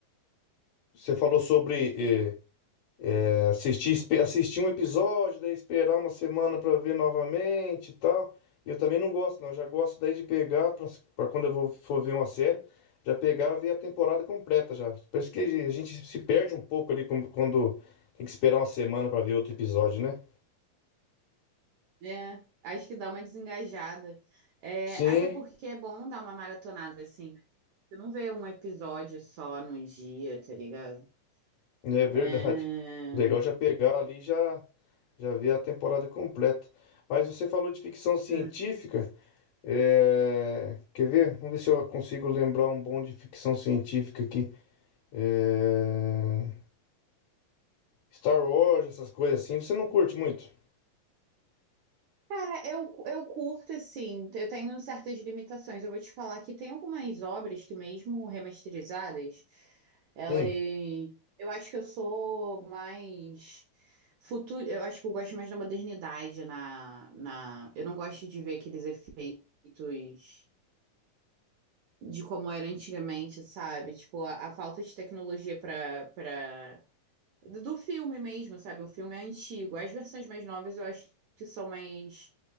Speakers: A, on the left; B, on the right.
A: você falou sobre é, é, assistir, espe- assistir um episódio, daí esperar uma semana pra ver novamente e tal. E eu também não gosto, não. Eu já gosto daí de pegar pra pra quando eu vou, for ver uma série, já pegar e ver a temporada completa já. Parece que a gente se perde um pouco ali com- quando tem que esperar uma semana pra ver outro episódio, né?
B: É, acho que dá uma desengajada. É,
A: Sim.
B: até porque é bom dar uma maratonada, assim. Você não vê um episódio só num dia, tá ligado?
A: É verdade.
B: É...
A: <laughs> Legal já pegar ali e já já ver a temporada completa. Mas você falou de ficção científica.
B: hum.
A: é, Quer ver? Vamos ver se eu consigo lembrar um bom de ficção científica aqui. É, Star Wars, essas coisas assim. Você não curte muito?
B: Cara, eu, eu curto, assim, eu tenho certas limitações. Eu vou te falar que tem algumas obras que, mesmo remasterizadas, elas.
A: Sim.
B: Eu acho que eu sou mais. Futuro, eu acho que eu gosto mais da modernidade na, na... Eu não gosto de ver aqueles efeitos de como era antigamente, sabe? Tipo, a, a falta de tecnologia para para do do filme mesmo, sabe? O filme é antigo. As versões mais novas eu acho que são mais,